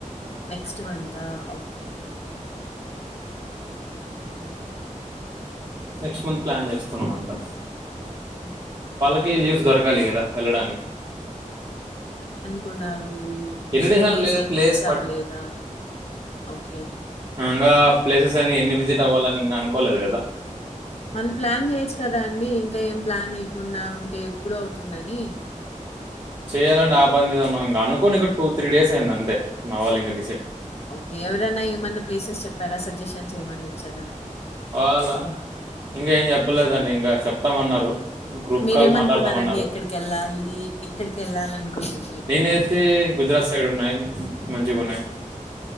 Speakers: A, on the left (about 50°); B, on the right (about 35°).
A: నెక్స్ట్ మంతా okay <unintelligible>
B: next month plan చేస్తున్నమంతా
A: <unintelligible>
B: <unintelligible> leaves దొరకాలి కదా వెళ్లడానికి
A: కున్నారు
B: ఎన్ని
A: ఇంకా
B: అని
A: డేస్
B: లేదు
A: ఏం
B: ప్లేస్
A: ఫిక్స్ అవ్వలేదా ఓకే.
B: ఇంగా ప్లేసెస్ అని ఎన్ని విజిట్ అవ్వాలని ఇంకా అనుకోలేదు కదా
A: మళ్ళీ ప్లాన్ చేయొచ్చు కదా అండి ఇంకా ఏం ప్లాన్ చేయకుండా ఉంటే ఎప్పుడు అవుతుందని
B: చేయాలండి ఆ పని మీద ఉన్నాం ఇంకా అనుకోని ఇంకా టూ త్రీ డేస్ అయింది అంతే మా వాళ్ళ ఇకా
A: ఓకే ఎవరనా ఏమన్నా ప్లేసెస్ చెప్పారా సజెషన్స్ ఏమన్నా ఇచ్చారా
B: వాళ్ళ ఇంకా ఏం చెప్పలేదండి ఇంకా చెప్తామన్నారు గ్రూప్
A: మీరేమనుకున్నారండి
B: కాల్ మాట్లాడదామన్నారు
A: ఎక్కడికి వెళ్ళాలి ఎక్కడికి వెళ్ళాలి అనుకున్నారు మీరు
B: నేనైతే గుజరాత్ సైడ్ ఉన్నాయి మంచిగున్నాయి